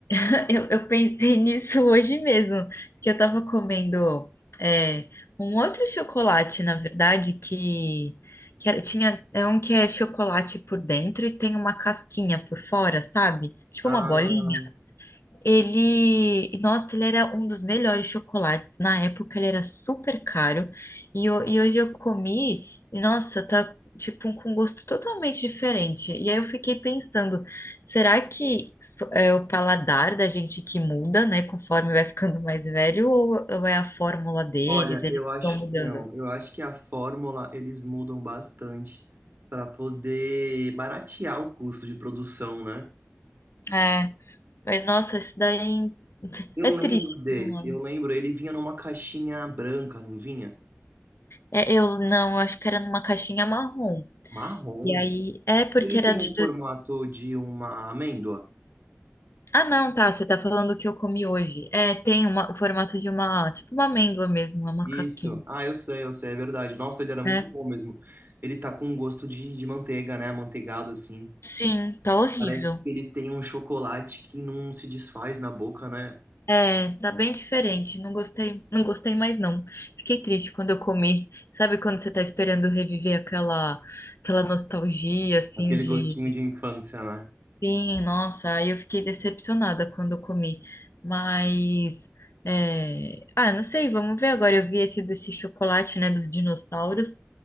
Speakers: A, on the left; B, on the right.
A: <laughs> Eu, eu pensei <laughs> nisso hoje mesmo, que eu tava comendo é, um outro chocolate, na verdade, que, que era- tinha, é um que é chocolate por dentro e tem uma casquinha por fora, sabe? Tipo
B: Ah,
A: uma bolinha. Ele, nossa, ele era um dos melhores chocolates. Na época ele era super caro e, ho- e hoje eu comi e nossa, tá tipo um, com um gosto totalmente diferente. E aí eu fiquei pensando, será que so- é o paladar da gente que muda, né, conforme vai ficando mais velho ou ou é a fórmula deles,
B: Olha,
A: eles
B: eu acho
A: estão mudando?
B: que não. Eu acho que a fórmula eles mudam bastante para poder baratear o custo de produção, né?
A: É, mas nossa, isso daí
B: Eu
A: é triste
B: lembro desse,
A: por um lado.
B: eu lembro, ele vinha numa caixinha branca, não vinha?
A: É, eu não, eu acho que era numa caixinha marrom.
B: Marrom.
A: E aí, é porque
B: Ele tem
A: era de
B: o formato de uma amêndoa.
A: Ah, não, tá. Você tá falando o que eu comi hoje. É, tem uma, o formato de uma, tipo uma amêndoa mesmo, é uma
B: Isso.
A: casquinha,
B: Ah, eu sei, eu sei, é verdade. Nossa, ele era muito
A: né?
B: bom mesmo. Ele tá com um gosto de, de manteiga, né? Amanteigado assim.
A: Sim, tá horrível.
B: Parece que ele tem um chocolate que não se desfaz na boca, né?
A: É, tá bem diferente. Não gostei, não gostei mais não. Fiquei triste quando eu comi. Sabe quando você tá esperando reviver aquela, aquela nostalgia assim
B: Aquele
A: de,
B: gostinho de infância, né?
A: sim, nossa, aí eu fiquei decepcionada quando eu comi. Mas é... Ah, não sei, vamos ver agora. Eu vi esse desse chocolate, né, dos dinossauros.